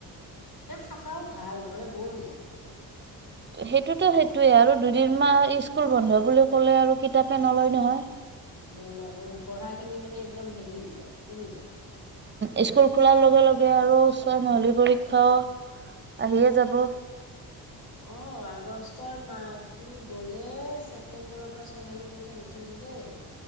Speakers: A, on the left; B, on the right.
A: খচাও ভাল নহ'লে বৰ হৈ যাব।
B: সেইটোতো সেইটোয়ে আৰু দুদিন মাহ স্কুল বন্ধ বুলি ক'লে আৰু কিতাপে নলয় নহয়
A: নলয় উ পঢ়াখিনি মানে একদম হেৰি হৈ যায় কমি যায়।
B: ইস্কুল খোলাৰ লগে, লগে আৰু ছয় মাহলি পৰীক্ষাও আহিয়ে যাব।
A: অ', আগষ্টৰ মাহটো গ'লেই, ছেপটেম্বৰৰ পৰা চয় মাহিলী পৰীক্ষাৰ ৰুটিন দিবই।